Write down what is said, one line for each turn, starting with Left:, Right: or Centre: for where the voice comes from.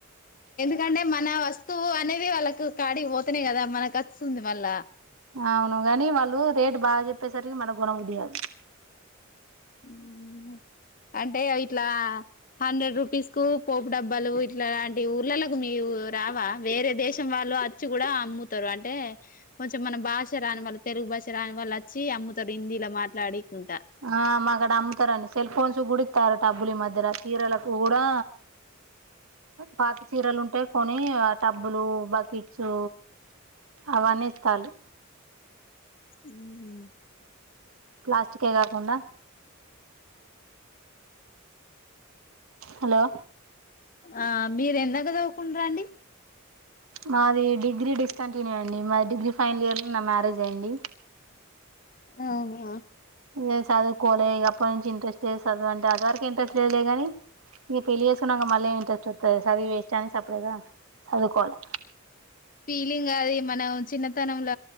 Left: కంటే మన వస్తువు అనేది వాళ్ళకు కాడికి పోతనే కదా మనకస్తుంది మళ్ళ
Right: అవును కాని వాళ్ళు రేటు బాగా చెప్పేసరికి మనగొణ బుద్ది గాదు
Left: ఉం అంటే అవి ఇట్లా హండ్రెడ్ రూపీస్ కు పోపు డబ్బాలు ఇట్లాలాంటి ఊర్లలకు మీరు రావా వేరే దేశం వాళ్ళు అచ్చి కూడా అమ్ముతారు అంటే కొంచెం మన భాష రాని వాళ్ళు తెలుగు భాష రాని వాళ్ళు అచ్చి అమ్ముతారు హిందీలో మాట్లాడి కుంట
Right: ఆ మాకడ అమ్ముతారండి సెల్ ఫోన్స్ కూడా ఇత్తారు టబ్బులు ఈ మధ్యల చీరలకు కూడా పాత చీరలు ఉంటే కొని ఆ టబ్బులు బకె సో అవన్ని ఇస్తళ్లు
Left: ఉ హుమ్
Right: ప్లాస్టికే కాకుండా హలో
Left: ఆ మీరు ఎందాకా చదువుకుంటారు అండి
Right: మాది డిగ్రీ డిస్కంటిన్యూ అండి మా డిగ్రీ ఫైనల్ ఇయర్ లో నా మ్యారేజ్ అయ్యింది
Left: అవునా
Right: ఇంక చదువుకోలే ఇక అప్పటి నుంచి ఇంట్రెస్ట్ లేదు చదువు అంటే అదువారకె ఇంట్రెస్ట్ లేదులే గ నీ ఇగ పెళ్ళి చేసుకున్నంక మళ్లెం ఇంట్రెస్ట్ వస్తది చదివి వేస్ట్ అని సప్డేక చదువుకోవాలే
Left: ఫీలింగ్ అది మనం చిన్నతనంల